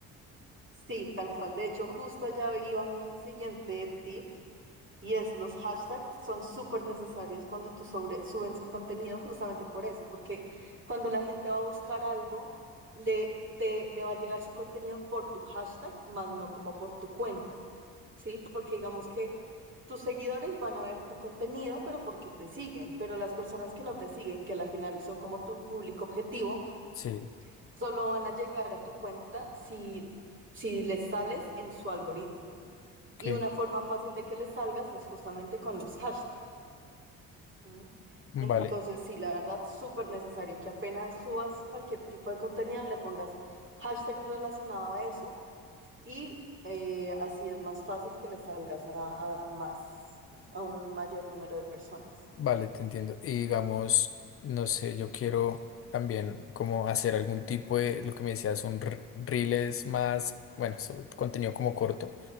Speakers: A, on the right; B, on the left.
A: Sí, tal cual. De hecho, justo allá iba mi siguiente tip. Y es, los hashtags son súper necesarios cuando tú sobre, subes contenido justamente por eso, porque cuando la gente va a buscar algo, le, te, le va a llegar su contenido por tu hashtag, más no como por tu cuenta, ¿sí? Porque digamos que tus seguidores van a ver tu contenido, pero porque te siguen, pero las personas que no te siguen, que al final son como tu público objetivo,
B: Sí,
A: solo van a llegar a tu cuenta si, si les sales en su algoritmo. Y
B: ok,
A: una forma fácil de que les salgas es justamente con los hashtags. ¿no?
B: vale.
A: Entonces, sí, la verdad, súper necesario que apenas subas cualquier tipo de contenido, le pongas hashtag relacionado a eso y eh, así es más fácil que le salgas a, a más, a un mayor número de personas.
B: Vale, te entiendo. Y digamos, no sé, yo quiero también como hacer algún tipo de, lo que me decías, un r- reels más, bueno, so- contenido como corto